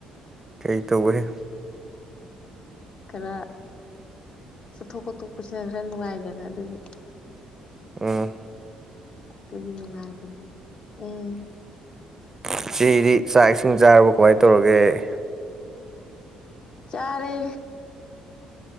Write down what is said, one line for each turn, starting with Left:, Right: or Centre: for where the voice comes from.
Right: ꯀꯩ ꯇꯧꯕꯩ
Left: ꯈꯔ ꯆꯠꯊꯣꯛ ꯈꯣꯠꯇꯣꯛꯄꯁꯤꯅ ꯈꯔ ꯅꯨꯡꯉꯥꯏꯗꯅ ꯑꯗꯨꯒꯤ
Right: ꯑꯣ
Left: ꯑꯗꯨꯨꯒꯤ ꯅꯨꯡꯉꯥꯏꯕꯅꯤ ꯎꯝ
Right: ꯉꯁꯤꯒꯤꯗꯤ ꯆꯥꯛ ꯏꯁꯤꯡ ꯆꯥꯔꯕꯣ ꯀꯃꯥꯏ ꯇꯧꯔꯒꯦ
Left: ꯆꯥꯔꯦ